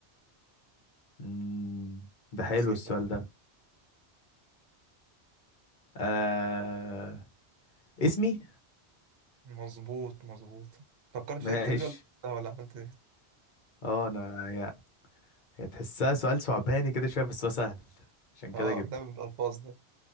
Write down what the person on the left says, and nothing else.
مم، ده حلو
السؤال ده آه اسمي
ماشي
اه انا هي هي تحسها سؤال صعباني كده شوية بس هو سهل عشان
كده جبته